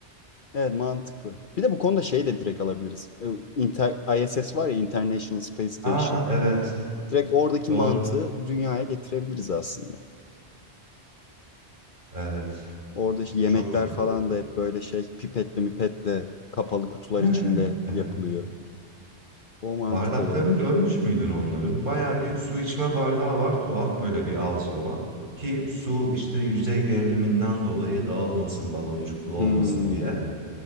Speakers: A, on the left; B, on the right.
A: Evet mantıklı. Bir de bu konuda şey de direkt alabiliriz. E, Inter ISS var ya International Space Station.
B: Aa evet
A: Direkt oradaki
B: doğru
A: mantığı dünyaya getirebiliriz aslında.
B: evet
A: Orada işte yemekler
B: çok doğru
A: falan
B: dedim.
A: da hep böyle şey pipetle mipetle kapalı kutular
B: <laughs>
A: içinde
B: Evet.
A: yapılıyor. O mantık
B: Bardaklarını
A: olabilir.
B: görmüş müydün onların? Baya bir su içme bardağı var, tuhaf böyle bir ağzı olan. Ki su işte yüzey geriliminden dolayı dağılmasın, baloncuklu olmasın
A: Hmm,
B: diye.